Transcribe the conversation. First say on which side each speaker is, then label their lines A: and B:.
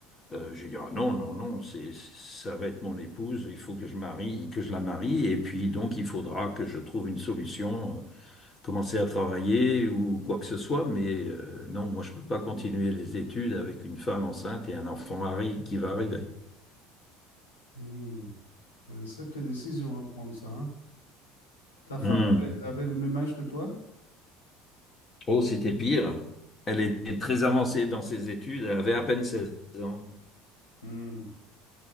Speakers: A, on the left; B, on the left.
A: euh, je vais dire, ah non, non, non, c'est, ça va être mon épouse, il faut que je marie, que je la marie, et puis donc il faudra que je trouve une solution, euh, commencer à travailler ou quoi que ce soit, mais euh, non, moi je peux pas continuer les études avec une femme enceinte et un enfant arri- qui va arriver.
B: Hmm, c'est une sacrée décision à prendre ça. hein. Ta femme
A: Hmm.
B: avait, avait le même âge que toi?
A: Oh, c'était pire. Elle était très avancée dans ses études, elle avait à peine seize ans.
B: Hmm,